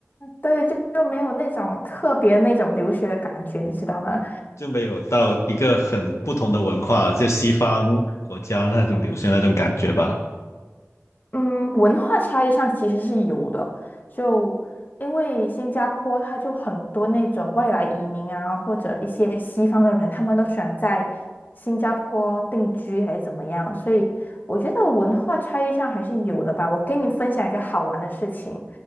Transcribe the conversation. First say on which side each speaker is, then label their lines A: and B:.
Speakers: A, on the left (about 35°); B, on the left (about 70°).
A: 对，就就没有那种特别那种留学的感觉，你知道吗？
B: 就没有到一个很不同的文化，就西方国家那种流行那种感觉吧。
A: 嗯，文化差异上其实是有的，就因为新加坡它就很多那种外来移民啊，或者一些西方的人，他们都选在新加坡定居还是怎么样，所以我觉得文化差异上还是有的吧。我跟你分享一个好玩的事情，